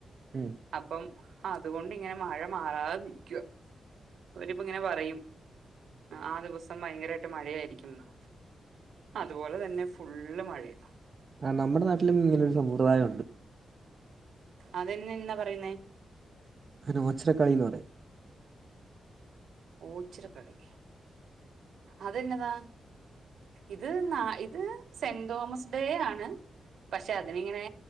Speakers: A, on the right; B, on the right.
A: ഉം
B: അപ്പം അതുകൊണ്ട് ഇങ്ങനെ മഴ മാറാതെ നിക്കുവ അവരിപ്പ ഇങ്ങനെ പറയും ആ ദിവസം ഭയങ്കരമായിട്ട് മഴയായിരിക്കുംന്ന് അതുപോലെ തന്നെ ഫുള്ള് മഴയ
A: ആ നമ്മുടെ നാട്ടിലും ഇങ്ങനെ ഒരു സമ്പ്രദായം ഉണ്ട്
B: അതെന്നെന്ന പറയുന്നേ
A: <unintelligible> കളിന്ന് പറയും
B: ഓച്ചിറ കളി അത് എന്നതാ ഇത് ന്ന, ഇത് സെന്റ് തോമസ് ഡേ ആണ് പക്ഷെ അതിനിങ്ങനെ